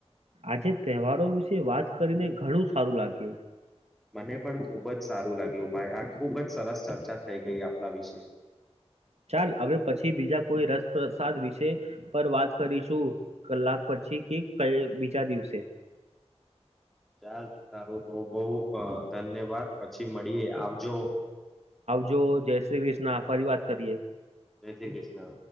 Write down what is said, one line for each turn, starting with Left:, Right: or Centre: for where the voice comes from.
Right: આજે તહેવારો વિશે વાત કરીને ઘણું સારું લાગ્યું.
Centre: મને પણ ખુબ જ સારું લાગ્યું, ભાઈ આ ખુબ જ સરસ ચર્ચા થઈ ગઈ આપણા વિશે.
Right: ચાલ અવે પછી બીજા કોઈ રસપ્રસાદ વિશે પર વાત કરીશું કલાક પ છી કે કલ બીજા દિવસે
Centre: ચાલ તારું બઉ બઉ ધન્યવાદ પછી મળીએ આવજો.
Right: જો જે શ્રી ક્રિષ્ણ ફરી વાત કરીએ
Centre: જે શ્રી ક્રિષ્ણ.